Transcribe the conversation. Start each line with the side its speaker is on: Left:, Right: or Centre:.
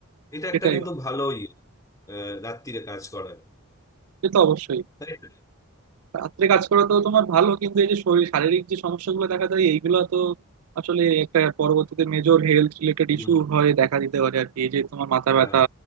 Left: এটা একটা
Right: এটাই
Left: কিন্তু
Right: হয়
Left: ভালোই আহ রাত্তিরে কাজ করার
Right: সে তো অবশ্যই
Left: তাই না?
Right: রাত্রে কাজ করা তো তোমার ভালো কিন্তু এই যে শরীর শারীরিক যে সমস্যাগুলো দেখা যায় এইগুলো তো আসলে একটা পরবর্তীতে মেজর হেলথ রিলেটেড
Left: হুম
Right: ইস্যু হয়ে দেখা দিতে পারে আর কি এই যে তোমার মাথা
Left: হ্যাঁ
Right: ব্যথা